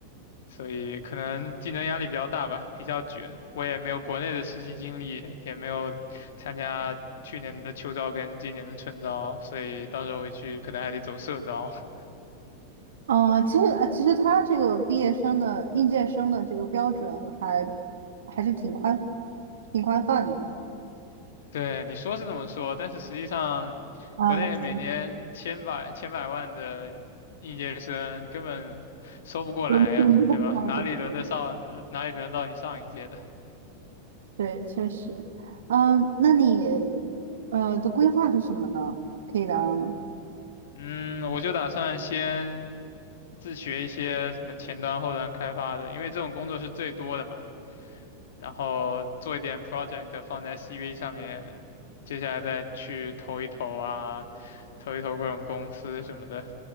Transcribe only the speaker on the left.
所以可能竞争压力比较大吧，比较卷。我也没有国内的实习经历，也没有参加去年的秋招跟今年的春招，所以到时候回去可能还得走社招。<laughs>
对，你说是这么说，但是实际上，
国内每年千百千百万的应届生根本收不过来呀，
对吧？哪里轮得上，
哪里轮得到你上一届的？
嗯，我就打算先自学一些什么前端、后端开发的，因为这种工作是最多的嘛。然后做一点 project 放在 CV 上面，接下来再去投一投啊，投一投各种公司什么的，